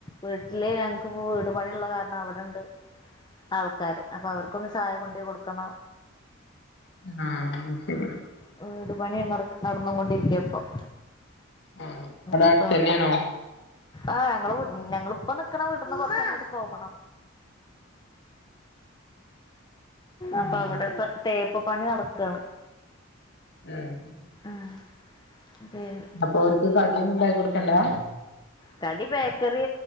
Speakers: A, on the left (about 20°); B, on the left (about 55°).
A: വീട്ടില് ഞങ്ങക്കിപ്പോ വീട് പണിയുള്ള കാരണം അവിടണ്ട് ആൾക്കാര് അപ്പോ അവർക്കൊന്ന് ചായ കൊണ്ടോയി കൊടുക്കണം
B: ആഹ് അത്ശരി
A: വീട് പണി നടക്ക്‌ നടന്നു കൊണ്ടിരിക്കായിപ്പം
B: ആഹ് അവിടെ
A: അപ്പൊ
B: അടുത്തന്നെയാണോ
A: അത് ആഹ് ഞങ്ങള് ഞങ്ങളിപ്പം നിക്കണ വീട്ട്ന്ന് കൊറച്ചങ്ങോട്ട് പോവണം അപ്പൊ
B: ഉം
A: അവിടെയിപ്പം തേപ്പ് പണി നടക്കാണ്
B: ഉം
A: ആഹ് പിന്നെ
B: അപ്പൊ അവർക്ക് കടിയൊന്നും ഉണ്ടാക്കി കൊടുക്കണ്ടാ
A: കടി ബേക്കറി